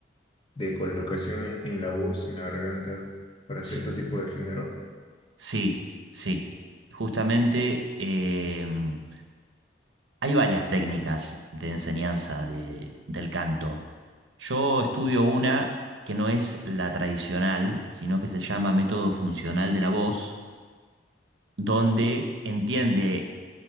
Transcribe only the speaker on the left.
de colocación en, en la voz, en la garganta, para
cierto tipo de género.